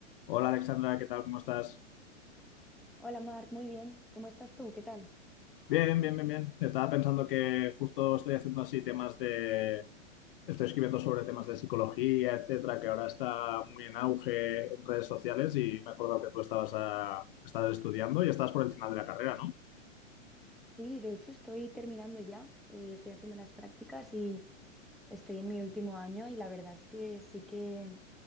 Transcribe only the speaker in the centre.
Hola Marc, muy bien. ¿Cómo estás tú? ¿Qué tal?
Sí, de hecho estoy terminando ya. eh, estoy haciendo las prácticas y estoy en mi último año y la verdad es que sí que